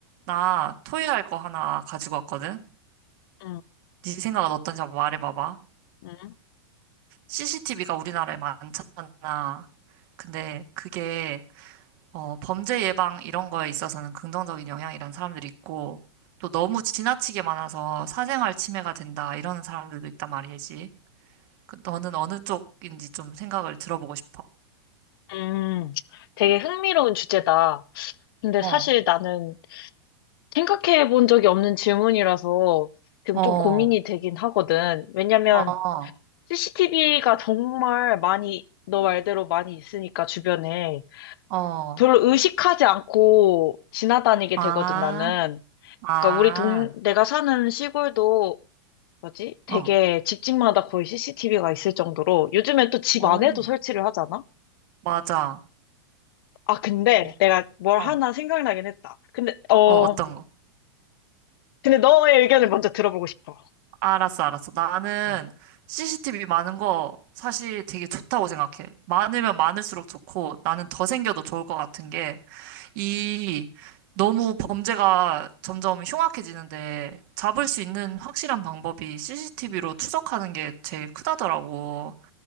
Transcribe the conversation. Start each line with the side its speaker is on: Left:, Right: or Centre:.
Right: 나 토의할 거 하나 가지고 왔거든?
Left: 음,
Right: 네 생각은 어떤지 한번 말해봐봐.
Left: 음,
Right: CCTV가 우리나라에 많잖아. 근데 그게 어, 범죄 예방 이런 거에 있어서는 긍정적인 영향이란 사람들이 있고 또 너무 지나치게 많아서 사생활 침해가 된다 이런 사람들도 있단 말이지. 그 너는 어느 쪽인지 좀 생각을 들어보고 싶어.
Left: 음. 되게 흥미로운 주제다. 근데
Right: 어,
Left: 사실 나는 생각해 본 적이 없는 질문이라서 지금
Right: 어,
Left: 좀 고민이 되긴 하거든. 왜냐면
Right: 어,
Left: CCTV가 정말 많이, 너 말대로 많이 있으니까 주변에
Right: 어,
Left: 별로 의식하지 않고 지나다니게
Right: 아,
Left: 되거든, 나는.
Right: 아,
Left: 그러니까 우리 동, 내가 사는 시골도 뭐지? 되게
Right: 어,
Left: 집집마다 거의 CCTV가 있을 정도로 요즘엔 또 집
Right: 오,
Left: 안에도 설치를 하잖아?
Right: 맞아.
Left: 아, 근데
Right: 음,
Left: 내가 뭘
Right: 어,
Left: 하나 생각나긴 했다. 근데, 어,
Right: 어, 어떤 거?
Left: 근데 너의 의견을 먼저 들어보고 싶어.
Right: 알았어, 알았어. 나는
Left: 응.
Right: CCTV 많은 거 사실 되게 좋다고 생각해. 많으면 많을수록 좋고 나는 더 생겨도 좋을 것 같은 게 이 너무 범죄가 점점 흉악해지는데 잡을 수 있는 확실한 방법이 CCTV로 추적하는 게 제일 크다더라고.